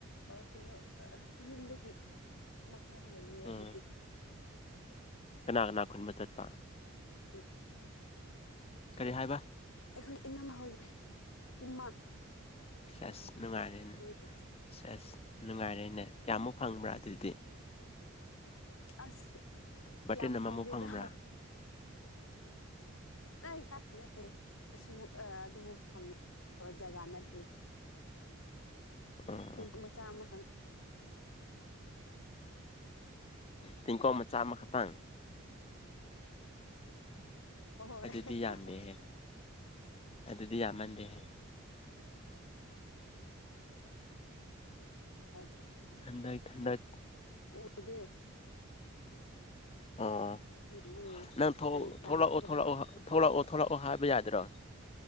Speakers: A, on the left; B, on the left.
A: ꯀꯩꯅꯣ ꯌꯨꯝꯗꯒꯤ ꯐꯥꯗ ꯂꯩꯌꯦ
B: ꯎꯝ
A: ꯑꯗꯨꯒꯤ
B: ꯀꯅꯥ ꯀꯅꯥ ꯈꯨꯟꯕ ꯆꯠꯄ
A: ꯑꯣ
B: ꯀꯔꯤ ꯍꯥꯏꯕ
A: ꯑꯩꯈꯣꯏ ꯏꯃꯥ ꯍꯣꯏ ꯏꯃꯥ
B: ꯁꯁ ꯅꯨꯡꯉꯔꯦꯅ
A: ꯃꯣꯏꯒ ꯆꯠ
B: ꯁꯁ ꯅꯨꯡꯉꯥꯏꯔꯦꯅꯦ ꯀꯌꯥꯃꯨꯛ ꯐꯪꯕ꯭ꯔꯥ ꯑꯗꯨꯗꯤ
A: ꯑꯁ
B: ꯕꯥꯔꯇꯤꯟ
A: ꯌꯥꯝ
B: ꯑꯃꯃꯨꯛ
A: ꯐꯪꯗꯦꯗ
B: ꯐꯪꯕ꯭ꯔꯥ
A: <inaudible> <inaudible> ꯑꯁꯨꯃꯛ ꯑꯗꯨꯃꯛ ꯐꯪꯕ ꯖꯒꯥ ꯅꯠꯇꯦ
B: ꯑꯣ
A: ꯇꯦꯡꯀ ꯃꯆꯥ ꯑꯃꯈꯪ
B: ꯊꯤꯡꯀꯣ ꯃ ꯆꯥꯃ ꯈꯇꯥꯡ
A: ꯍꯣꯏꯣꯏ
B: ꯑꯗꯨꯗꯤ ꯌꯥꯝꯗꯦꯍꯦ ꯑꯗꯨꯗꯤ ꯌꯥꯝꯃꯟꯗꯦꯍꯦ
A: ꯍ
B: ꯍꯟꯗꯛ ꯍꯟꯗꯛ
A: ꯎꯗꯦ
B: ꯑꯣ
A: ꯑꯗꯨꯅꯦ
B: ꯅꯪ ꯊꯣꯛꯂꯛꯑꯣꯂꯛꯑꯣ
A: ꯌꯥꯝ ꯈꯨꯟꯒꯗꯕ
B: ꯊꯣꯛꯂꯛꯑꯣ ꯊꯂꯛꯑꯣ ꯍꯥꯏꯕ ꯌꯥꯗ꯭ꯔꯣ